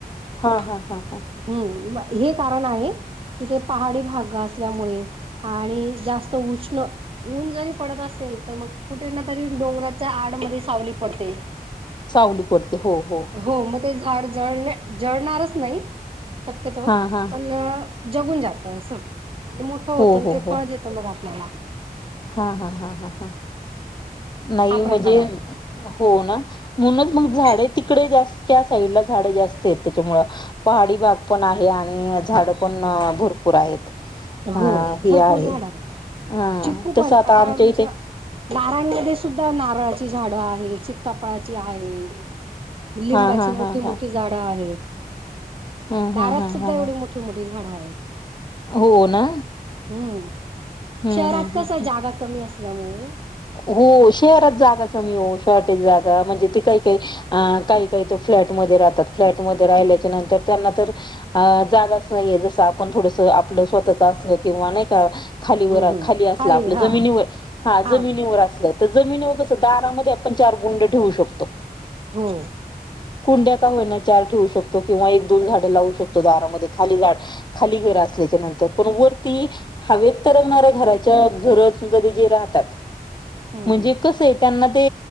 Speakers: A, on the left; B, on the right.
A: हा
B: हम्म
A: हा हा हा
B: म हे कारण आहे तिथे पहाडी भाग असल्यामुळे आणि जास्त उष्ण ऊन जरी पडत असेल तर मग कुठे ना तरी डोंगराच्या आडमध्ये सावली पडते
A: सावली पडते हो हो
B: हो मग ते झाड जळ जळणारच नाही शक्यतो
A: हा हा
B: पण जगून जातं असं म्हण मोठं होतं
A: हो
B: आणि
A: हो
B: ते
A: हो
B: फळ देत मग आपल्याला
A: हा हा हा हा हा नाही
B: हा प्रकार
A: म्हणजे हो ना म्हणूनच
B: आहे
A: मग झाड तिकडे जास्त त्या साईड ला झाडं जास्त आहेत त्याच्यामूळ पहाडी भाग पण आहे आणि झाड पण भरपूर आहेत अ
B: हो
A: हे
B: भरपूर
A: आहे
B: झाड आहेत
A: हा
B: चिक्ू
A: तसं
B: पण आता आमच्या
A: इथे
B: नारायणी मध्ये सुद्धा नारळाची झाडं आहेत सीताफळाची आहेत लिंबाची
A: हा हा
B: मोठी
A: हा
B: मोठी
A: हा
B: झाडं आहेत
A: हा हा
B: दारात
A: हा हा
B: सुद्धा
A: हा
B: एवढी मोठी े मोठी झाड आहेत
A: हो ना
B: हम्म
A: हम्म
B: शहरात
A: हम्म हम्म
B: कस जागा कमी असल्यामुळे
A: हो शेहरात जागा कमी हो शॉर्टेज जागा म्हणजे ते काही काही अ काही काही तर फ्लॅटमध्ये राहतात फ्लॅटमध्ये राहिल्याच्या नंतर त्यांना तर अ जागाच नाहीये जसं आपण थोडसं आपलं स्वतःच असलं किंवा नाही का खालीवर
B: हम्म हम्म
A: खाली असला आपल्या
B: हा
A: जमिनीवर हा
B: हा
A: जमिनीवर असल्या तर जमिनीवर कसं दारामध्ये आपण चार कुंड ठेवू शकतो.
B: हो.
A: कुंड्या का होईना चार ठेवू शकतो किंवा एक दोन झाडं लावू शकतो, दारामध्ये खाली झाड खाली घर असल्याच्यानंतर. पण वरती हवेत तरंगणाऱ्या घराच्या घर गज जे राहतात
B: हम्म
A: म्हणजे कसंय त्यांना ते